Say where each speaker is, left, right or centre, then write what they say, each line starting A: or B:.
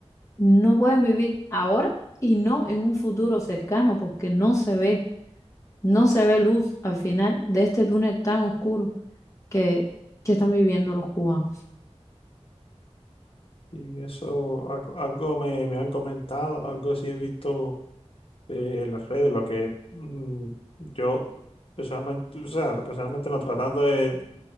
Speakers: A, on the left; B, on the left.
A: no pueden vivir ahora y no en un futuro cercano, porque no se ve, no se ve luz al final de este túnel tan oscuro que, que están viviendo los cubanos.
B: Y eso, algo, algo me, me han comentado, algo sí he visto eh, en las redes, lo que mm, yo personalmente, o sea, personalmente no tratando de